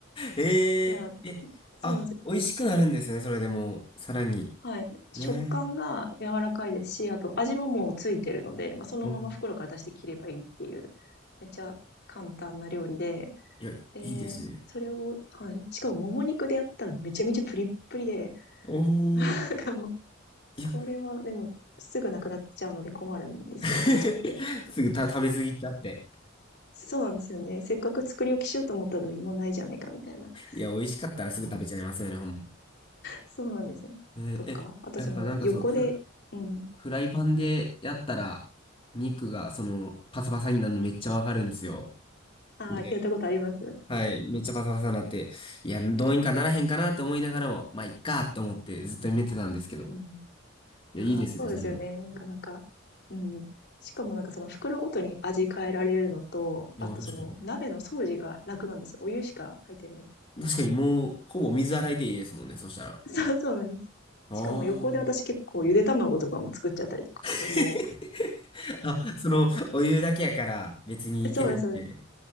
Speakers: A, on the left (about 25°); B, on the left (about 55°).
A: えー、
B: や、
A: え、
B: そうなんですよ。
A: あ、美味しくなるんですね、それでもう、さらに。
B: はい。食感が柔らかいですし、
A: ね
B: あと味ももうついてるので、まあ、そのまま袋から出して切ればいいっていう、
A: え。うん。
B: めっちゃ簡単な料理で、
A: いや、いいですね。
B: で、それをはい。しかももも肉でやったらめちゃめちゃプリップリで、
A: おー。
B: なんかもう、
A: いや、
B: これはでも、すぐなくなっちゃうので困るんですけど、
A: <laughs>
B: 食べちゃって。
A: すぐた食べ過ぎちゃって。
B: そうなんですよね。せっかく作り置きしようと思ったのに、もうないじゃないかみたいな
A: いや、美味しかったらすぐ食べちゃいますよね、
B: 感じ。
A: ほんま。
B: そうなんですよね。
A: えーえ、
B: とか、あとその横でうん、
A: やっぱなんかそう、フフライパンでやったら、肉が、その、パサパサになるのめっちゃわかるんですよ。
B: ああ、
A: で、
B: やったことあります。
A: はい、めっちゃパサパサになって、いや、どうにかならへんかなって思いながらも、まあ、いっかって思ってずっとやめてたんですけど。
B: うん。
A: いや、
B: いやー、
A: いいですね、
B: そうですよね、
A: それは。
B: なかなか。うん。しかもなんかその袋ごとに味変えられるのと、あとその鍋の掃除が楽なんですよ。
A: ああ、確かに。
B: お湯しか入ってないか
A: 確かに、もう、ほぼ水洗いでいいですもんね、そしたら。あ
B: ら。そうそうなんです。
A: あ。
B: しかも横で私結構ゆで卵とかも作っちゃったりとかして、
A: <laughs>
B: もう
A: あ、その、お湯だけやから別にいけるって。
B: え、そうですそうです。